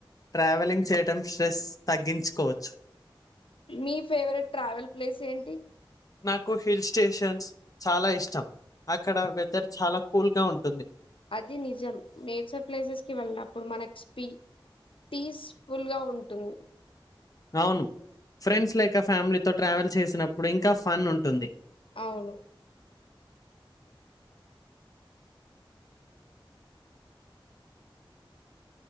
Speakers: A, on the left (about 40°); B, on the left (about 80°).
A: ట్రావెలింగ్ చేయడం స్ట్రెస్ తగ్గించుకోవచ్చు
B: మీ ఫేవరెట్ ట్రావెల్ ప్లేస్ ఏంటి
A: నాకు హిల్ స్టేషన్స్ చాలా ఇష్టం అక్కడ వెదర్ చాలా కూల్ గా ఉంటుంది
B: అది నిజం నేచర్ ప్లేసెస్కి వెళ్ళినప్పుడు మనకు స్పీ పీస్ ఫుల్గా ఉంటుంది
A: అవును ఫ్రెండ్స్ లేక ఫ్యామిలీతో ట్రావెల్ చేసినప్పుడు ఇంకా ఫన్ ఉంటుంది
B: అవును